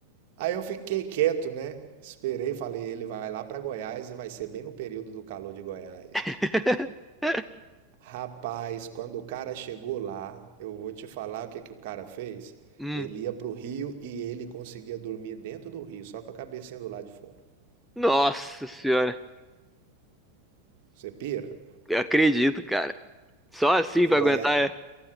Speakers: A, on the right (about 50°); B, in the centre.
A: Aí eu fiquei quieto, né? Esperei, falei, ele vai lá pra Goiás e vai ser bem no período do calor de Goiás.
B: <laughs>
A: Rapaz, quando o cara chegou lá, eu vou te falar o que que o cara fez.
B: Hum.
A: Ele ia pro Rio e ele conseguia dormir dentro do Rio, só com a cabecinha do lado de fora.
B: Nossa senhora.
A: Você pira?
B: Eu acredito, cara. Só assim
A: E
B: pra aguentar
A: Goiás,
B: é.